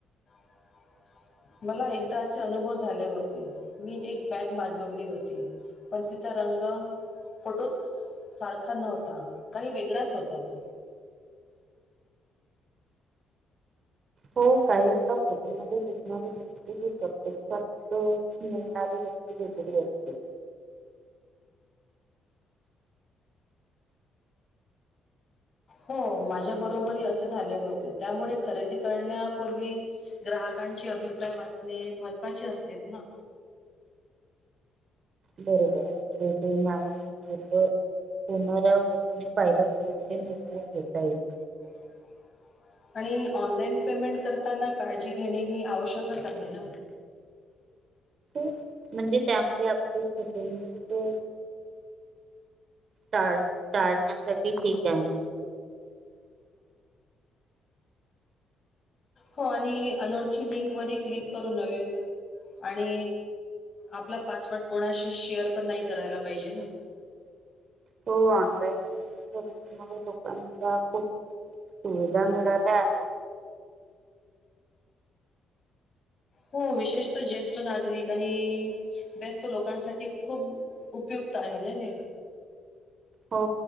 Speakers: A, on the left; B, on the right.
A: ह, मला एकदा असे अनुभव झाले होते मी एक बॅग मागवली होती. पण तिचा रंग? फोटो, सारखा नव्हता काही वेगळाच होता तो.
B: हो काही वेळा फोटोमध्ये दिसणारी वस्तू की प्रत्यक्षात मिळणारी नसते. ब <inaudible>
A: हो माझ्या बरोबर असेच. झाले होते त्यामुळे खरेदी करण्यापूर्वी ग्राहकांची अभिप्राय वासत. ने महत्त्वाचे असतेत ना,
B: बरोबर आहे तेथे ना आमचे पुनारव. पाहिलास ओके निर्णय घेता येेइल.
A: ह, आणि ऑनलाईन पेमेंट करताना काळजी घेणे. ही आवश्यकच आहे ना.
B: <inaudible> म्हणजे त्यामुळे आप <inaudible> टळ <inaudible> चाळण्यासाठी ठीक आहे.
A: हो आणि अनोळखी लिंकवरर क्लिक करू <inaudible> न्हे आणि आपला पासवर्ड कोणाशी शेअर पण नाही. करायला पाहिजे ना.
B: <inaudible> तो ऑनलाईन <inaudible> सर्विसंगमुळे लोकांचा खूप <unintelligible> <inaudible> होदा मुळाला आहे
A: हो विशेष तर ज्येष्ठ नागरिक आणि, व्यस्त लोकांसाठी खूप उपयुक्त आहे ना हे.
B: हो